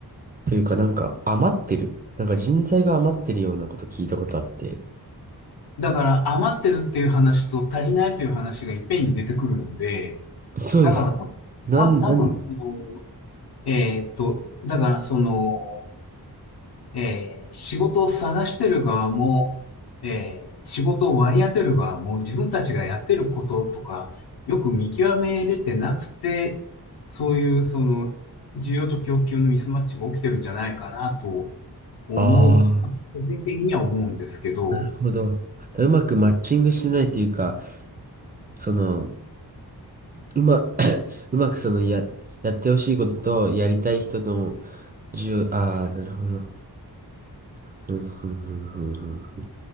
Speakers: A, on the right; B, on the left.
A: というかなんか余ってる。なんか人材が余ってるようなこと聞いたことあって。
B: だから余ってるっていう話と足りないという話がいっぺんに出てくるので、
A: そうです。
B: だからた、
A: なん、
B: た多分その
A: なん、
B: えーっと、だから、その、えー仕事を探してる側も、えー仕事を割り当てる側も、自分たちがやってることとか、よく見極めれてなくて、そういう、その、需要と供給のミスマッチが起きてるんじゃないかなと思う、
A: あ
B: 個人的には思うんですけど、
A: なるほど。だからうまくマッチングしてないというか、その、うま、<coughs> うまくそのや、やってほしいことと、やりたい人の重、ああ、なるほど。ふんふんふんふんふんふん